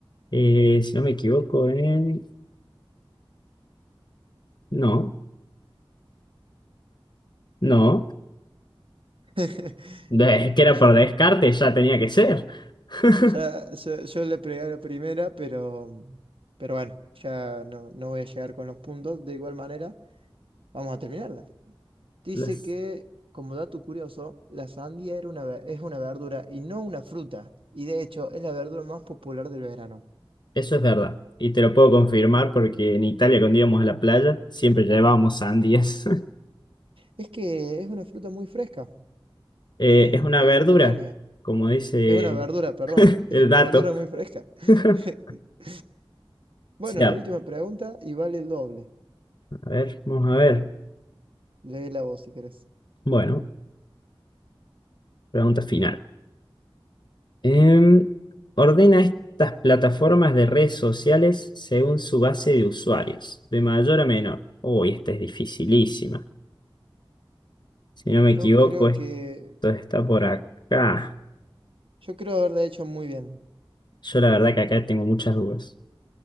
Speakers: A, on the left (about 50°); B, on the right (about 70°).
A: Eh, si no me equivoco, en... No, no.
B: <laughs>
A: Es que era por
B: Yo,
A: descarte, ya tenía que ser. <laughs>
B: ya, yo, yo le pegué a la primera, pero, pero bueno, ya no, no voy a llegar con los puntos. De igual manera, vamos a terminarla. Dice
A: Las-
B: que, como dato curioso, la sandía era una, ve- es una verdura y no una fruta. Y de hecho, es la verdura más popular del verano.
A: Eso es verdad. Y te lo puedo confirmar porque en Italia cuando íbamos a la playa siempre llevábamos sandías. <laughs>
B: Es que es una fruta muy fresca.
A: Eh,
B: Es mu-
A: es una
B: i-
A: verdura,
B: idónea.
A: como dice
B: Es una verdura, perdón. Es
A: el
B: una
A: dato.
B: verdura muy fresca. <laughs>
A: <laughs>
B: Bueno,
A: Sí, a
B: la última pregunta y vale el doble.
A: a ver, vamos a ver.
B: Léela vos si querés.
A: Bueno, pregunta final. Em, ordena estas plataformas de redes sociales según su base de usuarios, de mayor a menor. Uy, esta es dificilísima. Si no me equivoco,
B: Yo creo
A: esto
B: que.
A: está por acá.
B: Yo creo haberla hecho muy bien.
A: Yo la verdad que acá tengo muchas dudas.